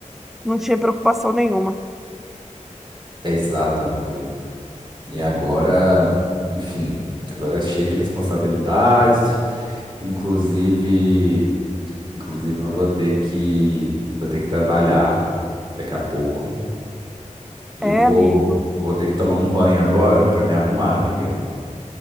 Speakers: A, in the centre; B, on the right.
A: não tinha preocupação nenhuma.
B: Exato, amiga. E agora, enfim, agora é cheio de responsabilidades, inclusive. Inclusive, eu vou ter que, vou ter que trabalhar daqui a pouco. E
A: É,
B: eu vou,
A: amigo,
B: vou ter que tomar um banho agora para me arrumar, amiga.